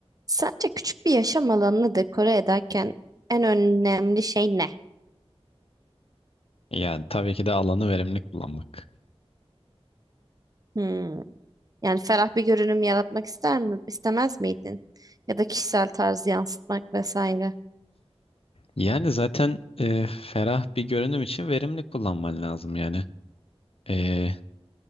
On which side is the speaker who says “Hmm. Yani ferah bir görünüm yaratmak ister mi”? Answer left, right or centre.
Right